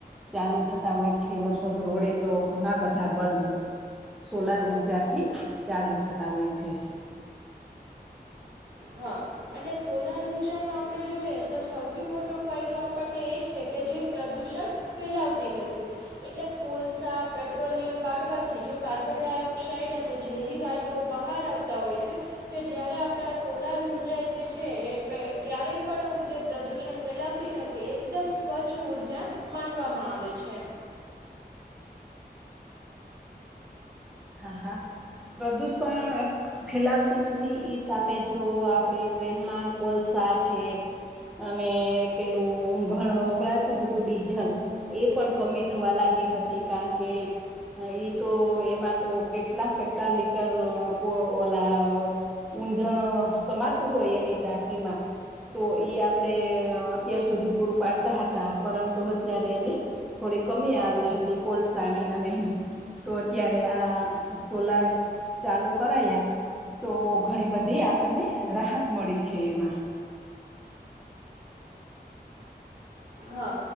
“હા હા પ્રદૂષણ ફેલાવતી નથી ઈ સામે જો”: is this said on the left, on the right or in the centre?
Centre